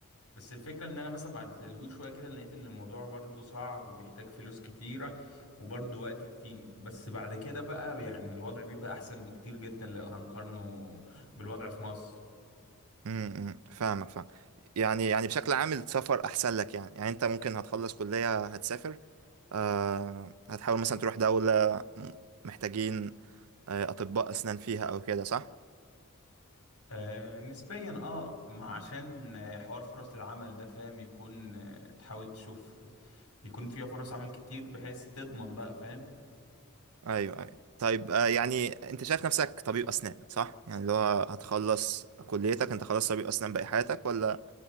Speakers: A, on the left; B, on the right.
A: بس الفكرة ان انا مثلا بعد تدوير شوية كده لقيت ان الموضوع برضو صعب وبيحتاج فلوس كتيرة وبرضو وقت كتير بس بعد كده بقى يعني الوضع بيبقى احسن بكتير جدا لو هنقارنه بالوضع في مصر
B: امم فاهمك فاهم يعني يعني بشكل عام السفر أحسن لك يعني يعني أنت ممكن هتخلص كلية هتسافر آه، هتحاول مثلا تروح دولة محتاجين آه، أطباء أسنان فيها أو كده صح؟
A: آه نسبيا اه ما عشان آه، حوار فرص العمل ده فاهم يكون آه، تحاول تشوف يكون فيها فرص عمل كتير بحيث تضمن بقى فاهم
B: ايوه ايوه طيب آه، يعني انت شايف نفسك طبيب اسنان صح يعني اللي هو هتخلص كليتك انت خلاص طبيب اسنان باقي حياتك ولا